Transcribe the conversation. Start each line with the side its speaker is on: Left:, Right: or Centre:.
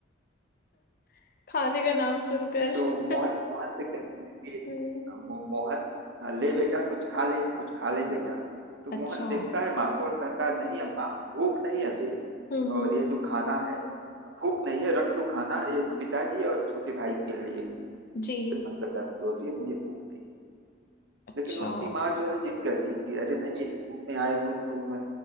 Left: <laughs> खाने का नाम सुनकर
Right: तो
Left: <laughs>
Right: मोहन मोहन से कहती है कि
Left: हम्म
Right: "मो- मोहन आ, ले बेटा कुछ खा ले कुछ खा ले बेटा तो
Left: अच्छा
Right: मोहन देखता है माँ को और कहता है नहीं अम्मा भूख नहीं अभी
Left: हम्म हम्म,
Right: और ये जो खाना है भूख नहीं है रख दो खाना ये पिताजी और छोटे भाई के लिए
Left: जी
Right: मतलब रख दो अभी मुझे भूख नहीं है
Left: अच्छा
Right: लेकिन उसकी माँ जो है वो जिद करती है कि अरे नहीं धूप में आए हो तुम